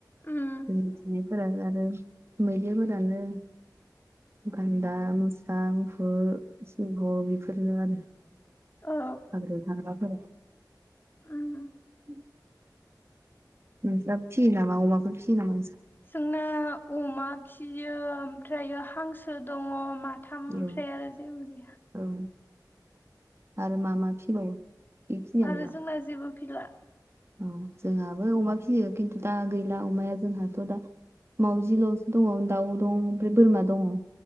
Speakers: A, on the left; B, on the right.
A: उम
B: जों मिथिनायफोरा आरो मैदेरफोरानो गान्दा मोसा मुफुर सिंह बेफोरनो आरो
A: औ
B: हाग्रायाव थाग्रा फोरा
A: उम
B: <inaudible> नोंस्राबो फियो नामा अमाखौ फियो नामा
A: जोंना अमा फियो ओमफ्रायो हांसो दङ माथ थाम ओमफ्राय
B: औ
A: आरो जेबो गैया
B: औ आरो मा मा फिबावो बेखिनियानो
A: आरो
B: ना?
A: जोंना जेबो फिला
B: औ जोंहाबो अमा फियो खिन्थु दा गैला अमाया जोंहाथ' दा माउजिल'सो दङ दाउ दं ओमफ्राय बोरमा दङ